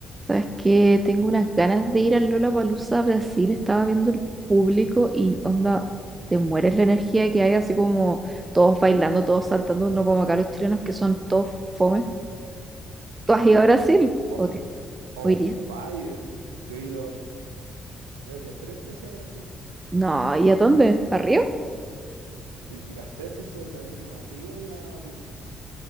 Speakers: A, on the right; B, on the right.
A: Sabes que tengo unas ganas de ir al Lollapalooza Brasil. Estaba viendo el público y onda, te mueres la energía que hay, así como todos bailando, todos saltando, no como acá los chilenos que son todos fome. ¿Tú has ido a Brasil?
B: o-
A: ¿O, te-
B: on
A: o irías?
B: fire. Yo he ido, creo que tres veces a Brasil
A: No, ¿y a dónde? ¿A Río?
B: y las tres veces donde mismo, a Río y a Búzios.